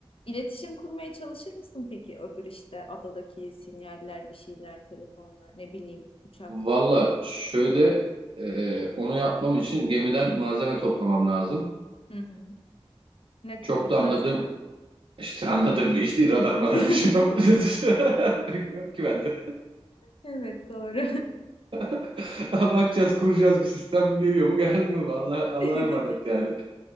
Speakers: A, on the left; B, on the right.
A: iletişim kurmaya çalışır mısın peki öbür işte adadaki sinyaller, bir şeyler, telefonlar, ne bileyim, uçak.
B: Valla şöyle e, onu yapmam için gemiden malzeme toplamam lazım.
A: Hı hı. Ne tür
B: Çok
A: bir
B: da
A: malzeme?
B: anladığım İşte anladığım bir iş değil. Radar madar
A: <laughs>
B: bir şey toplayacağız işte. <laughs> Bilmiyorum ki ben de.
A: Evet, doğru.
B: <laughs> Bakacağız, kuracağız bir sistem geliyor mu gelmiyor mu? Allah, Allah'a
A: <laughs>
B: emanet yani.